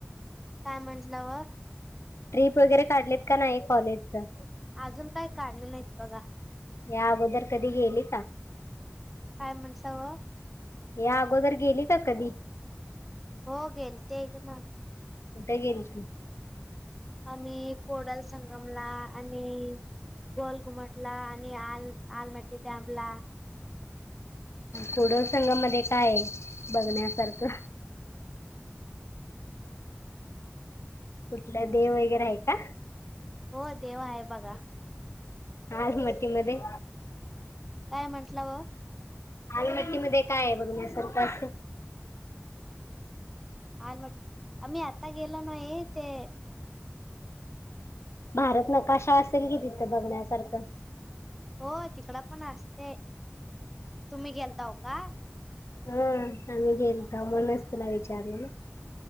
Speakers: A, in the centre; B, on the left (about 85°).
A: काय म्हटला ओ.
B: ट्रिप वगैरे काढलेत का नाही कॉलेजच.
A: अजून काय काढले नाहीत बघा.
B: या अगोदर कधी गेली.
A: काय म्हणसाव ओ.
B: या अगोदर गेली का कधी.
A: हो गेलते एकदा.
B: कुठे गेलेली.
A: आम्ही कोडल संगमला आणि गोल घुमटला आणि आलमटटी डॅमला.
B: कोडल संगम मध्ये काय आहे बघण्यासारखं. कुठलं देव वगैरे आहे का.
A: हो देव आहे बघा.
B: आलमट्टी मध्ये.
A: काय म्हटला ओ.
B: आलमटी मध्ये काय आहे, बघण्यासारखं असं.
A: आलमट्टी, आम्ही आता गेलो नाही ते
B: भारत नकाशा असेल कि तिथं बघण्यासारखा.
A: हो तिकडं पण असते. तुम्ही गेलता हो का.
B: हं, आम्ही गेलताव म्हणूनच तुला विचारला.